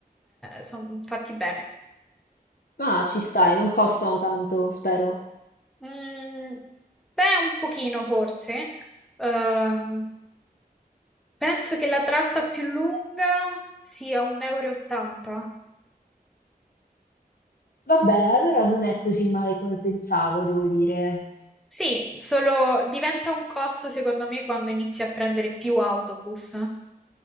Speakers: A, in the centre; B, on the left (about 70°).
A: sono fatti bene.
B: Ah, ci stai, non costano tanto, spero.
A: Mm, beh, un pochino forse. Ehm, penso che la tratta più lunga sia 1,80 euro. e ottanta.
B: Vabbè, allora non è così male come pensavo, devo dire.
A: Sì, solo diventa un costo secondo me quando inizi a prendere più autobus.